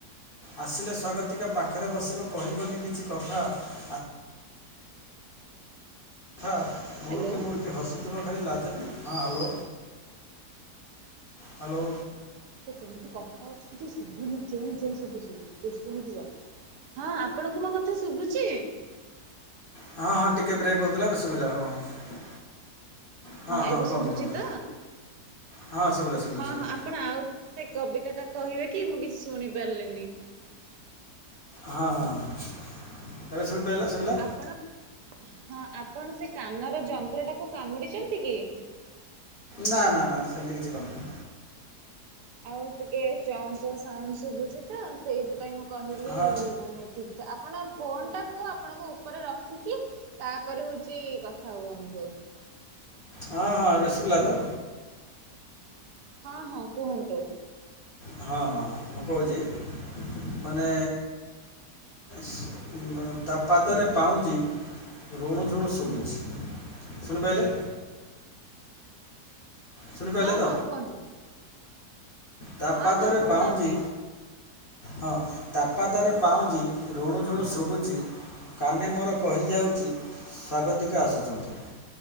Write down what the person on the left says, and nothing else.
ଆସିଲେ ସ୍ଵାଗତିକା ପାଖରେ ବସିବ କହିବନି କିଛି କଥା ଆ- ଥା ମୁରୁକି
ମୁରୁକି ହସୁ ଥିବ ଖାଲି ଲାଜେ ହଁ ହାଲୋ, ହାଲୋ
ହଁ, ହଁ ଟିକେ ବ୍ରେକ୍ ହଉଥିଲା ଏବେ ଶୁଭିଲା ହଁ, ହଁ। ହଁ, ହଁ
କୁହନ୍ତୁ,
କୁହନ୍ତୁ,
ହଁ, ଶୁଭିଲା, ଶୁଭିଲା,
ଶୁଭିଲା।
ହଁ, ହଁ, ହଁ, ଏବେ ଶୁଣି ପାଇଲ, ଶୁବିଲା?
ନା, ନା, ନା ସେମିତି କିଛି କରିନି।
ହଁ
ହଁ, ହଁ ଏବେ ଶୁଭିଲା ତ?
ହଁ, ହଁଁ, ହଁ, ମୁଁ କହୁଚି ମାନେ ସେ ମା-ତା ପାଦରେ ପାଉଁଜି ଋଣୁ ଝୁଣୁ ଶୁଭୁଛି ଶୁଣିପାଇଲେ। ଶୁଣିପାରିଲେ
ତ
ତା
ପାଦରେ
ପାଉଁଜିି ହଁ ତା ପାାଦରେ ପାଉଁଛି ଋଣୁ ଝୁଣୁ ଶୁଭୁଛି। କାନେ ମୋର କହିଯାଉଛି ସ୍ଵାଗତିକା ଆସୁଛନ୍ତି।